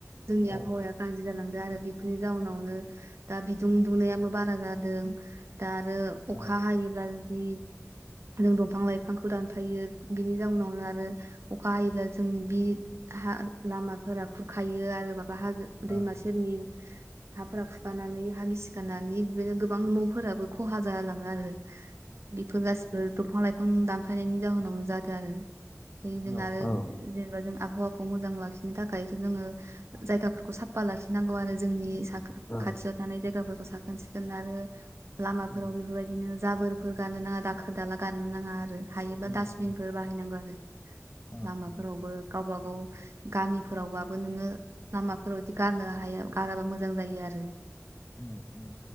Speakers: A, on the right; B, on the left.
A: जोंनि
B: औ
A: आबहावाया गाज्रि जालांदों आरो बेफोरनि जाउनावनो दा बि दुं दुनायाबो
B: औ
A: बारा जादों दा आरो अखा
B: औ
A: हायोब्ला जुदि जों दंफां लाइफांखौ दानफायो बिनि जाउनावनो आरो अखा हायोब्ला जोंनि बि हा लामाफोरा खुरखायो आरो माबा हाजो
B: औ
A: दैमा सेरनि हाफोरा खुखानानै हा गिसिखानानै बिदिनो गोबां न'फोराबो खहा जालाङो आरो बेफोर गासिबो दंफां लाइफां दानफायनायनि जाहोनावनो जादों आरो जों
B: औ
A: आरो जेनेबा जों आबहावाखौ मोजां लाखिनो थाखायथ' जोङो
B: औ
A: जायगाफोरखौ साफा लाखिनांगौ आरो जोंनि सा
B: औ
A: खाथियाव थानाय जाय गलाफोरखौ साखोन सिखोन आरो लामाफोराव
B: उम
A: बेफोरबायदिनो जाबोरफोर गानो नाङा दाखा दाला गारनो नाङा आरो हायोबा
B: उम
A: डासटबिनफोर
B: उम
A: बाहायनांगौ आरो
B: औ
A: लामाफोरावबो
B: उम
A: गावबा गाव गामिफोरावबाबो नोङो लामाफोराव बिदि गारनो हाया गाराबा मोजां जायो आरो
B: औ औ